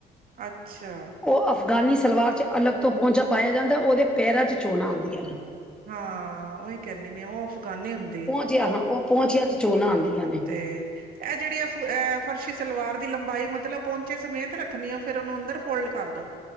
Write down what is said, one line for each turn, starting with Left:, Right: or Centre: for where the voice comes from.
Right: ਅੱਛਾ।
Centre: ਔਹ ਅਫਗਾਨੀ ਸਲਵਾਰ ਚ ਅਲਗ ਤੋਂ ਪਹੁੰਚਾ ਪਾਇਆ ਜਾਂਦਾ, ਉਹਦੇ ਪੈਰਾਂ ਚ ਚੋਣਾਂ ਆਉਂਦੀਆਂ ਨੇ।
Right: ਹਾਂ ਉਹੀ ਕਹਿੰਦੀ ਮੈਂ, ਉਹ ਅਫਗਾਨੀ ਹੁੰਦੀ।
Centre: ਜੇ ਆਹਾਂ ਉਹ ਪਹੁੰਚੀਆਂ ਚ ਚੋਣਾਂ ਆੰਦੀਆਂ ਨੇ।
Right: ਤੇ ਇਹ ਜਿਹੜੀ ਏਹ ਫਰਸ਼ੀ ਸਲਵਾਰ ਦੀ ਲੰਬਾਈ ਮਤਲਬ ਪਹੁੰਚੇ ਸਮੇਤ ਰੱਖਣੀ ਆ ਫੇਰ ਔਹਨੂੰ ਅੰਦਰ ਫੋਲਡ ਕਰ ਦੋ।